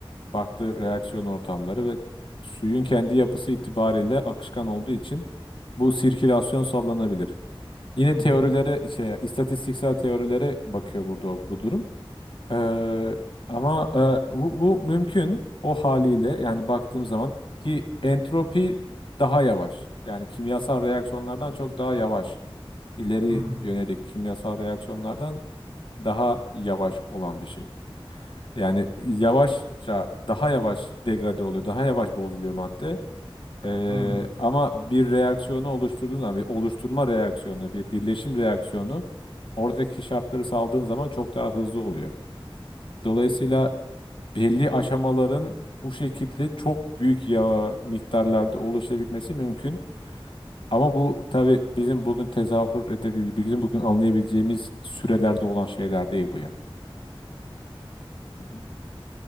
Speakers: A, on the left (about 60°); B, on the right (about 65°).
A: Farklı reaksiyon ortamları ve suyun kendi yapısı itibariyle akışkan olduğu için bu sirkülasyon sağlanabilir. Yine
B: hı hı,
A: teorilere, şey, istatistiksel teorilere bakıyor burada bu durum. Ee, ama e, bu, bu mümkün o haliyle yani baktığım zaman ki entropi daha yavaş. Yani kimyasal reaksiyonlardan çok daha yavaş. İleri
B: hı
A: yönelik kimyasal reaksiyonlardan daha yavaş olan bir şey. Yani yavaşça daha yavaş degrade oluyor, daha yavaş bozuluyor madde. Ee,
B: hı,
A: ama bir reaksiyonu oluşturduğun zaman bir oluşturma reaksiyonu, bir birleşim reaksiyonu oradaki şartları saldığın zaman çok daha hızlı oluyor. Dolayısıyla belli aşamaların bu şekilde çok büyük ya miktarlarda oluşabilmesi mümkün. Ama bu tabii bizim bugün tezahür edebileceğimiz, bizim bugün anlayabileceğimiz sürelerde olan şeyler değil bu yani. Hı hı,